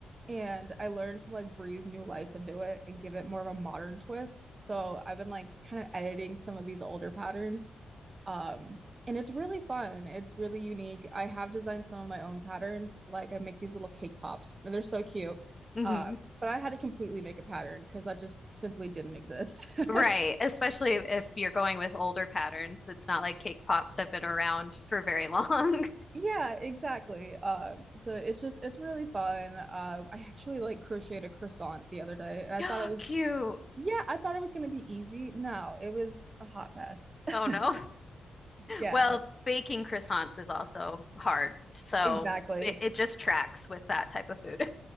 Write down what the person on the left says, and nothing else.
hmm
Right. Especially if you're going with older patterns. It's not like cake pops have been around for very <laughs> long.
<gasps>
Cute.
Oh no.
Well, baking croissants is also hard. So
it, it just tracks with that type of food.